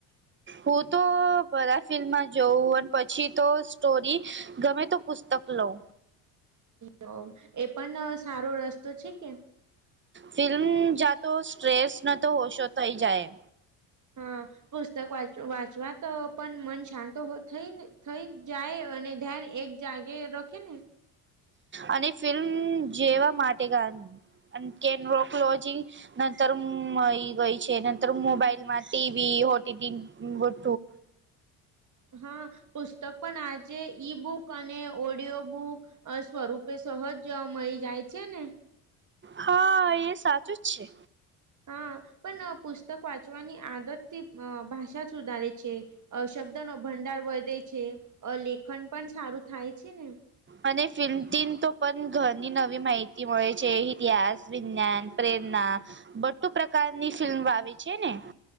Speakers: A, on the right; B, on the right.
A: હું તો બધા ફિલ્મમાં જોઉં પછી તો સ્ટોરી ગમે તો પુસ્તક લવ
B: તો એ પણ સારો રસ્તો છે કે
A: ફિલ્મ જાતો સ્ટ્રેસ ન તો હોશો થઈ જાય
B: હા પુસ્તક વાચ વાંચવા તો પણ મન શાંત થઈને થઈ જાય અને ધ્યાન એક જાગે રખે ને
A: અને ફિલ્મ જેવા માટે ગ અને કેન્રોકલોજી નંતર હ ગઈ છે નંતર મોબાઈલ માં ટીવી હોટી બું
B: હા પુસ્તક પણ આજે ઈ બુક અને ઓડિયો બુક સ્વરૂપ સહજ જોવા મળી જાય છે ને
A: હા એ સાચું જ છે.
B: હા પણ પુસ્તક વાંચવાની આદતથી ભાષા સુધારે છે. શબ્દોનો ભંડાર વધે છે લેખન પણ સારું થાય છે ને
A: અને ફિલ્મન તો પણ ઘની નવી માહિતી મળે છે ઇતિહાસ વિજ્ઞાન પ્રેરણા બધું પ્રકારની ફિલ્મ આવી છે ને